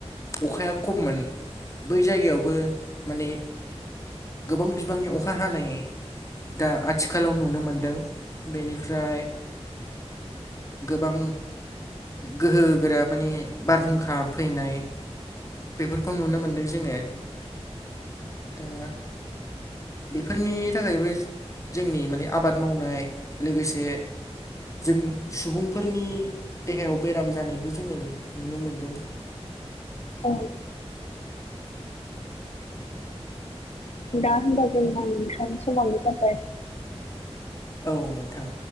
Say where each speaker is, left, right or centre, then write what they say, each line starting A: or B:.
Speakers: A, on the left; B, on the left.
A: अखाया खममोन बै जायगायावबो माने गोबां बिबांनि अखा हानाय दा आथिखालाव नुनो मोनदों। बेनिफ्राय गोबां गोहो गोरा माने बारहुंखा फैनाय बेफोरखौ नुनो मोनदों जोङो दा बेफोरनि थाखायबो जोंनि माने आबाद मावनाय लोगोसे जों सुबुंफोरनि देहायाव बेराम जानायबो जोङो नुनो मोनदों।
B: औ। दा होनबा जोंहा नोंथां सामाबो जाबाय
A: औ नोंथां।